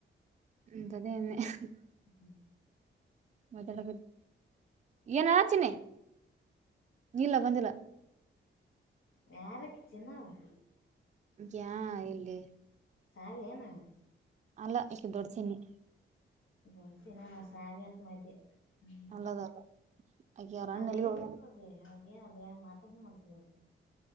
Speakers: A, on the right (about 35°); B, on the left (about 80°).
A: <unintelligible>
B: ಹ್ಮ ಹ್ಮ್.
A: ಮಾತಡ ಏನೋ ಚಿನ್ನಿ ಇಲ್ಲ ಬಂದಿಲ್ಲ
B: ಯಾರಕ್ಕ ಚಿನ್ನಾ ವ
A: ಯಾ ಇಲ್ಲಿ
B: ಸಾವಿ ಏನ
A: ಅಲ್ಲ ಈಕಿ ದೊಡ್ಡ ಚಿನ್ನಿ
B: <inaudible>
A: <inaudible> <unintelligible> ಆಕಿ ಅವ್ರ
B: ಅದು
A: ಅಣ್ಣ ಎಲ್ಲಿಗೋ
B: ಎಲ್ಲಿ ಬರ್ತದ
A: ಹೋಗ್ಯಾನ
B: ಅವ ಅದ <unintelligible>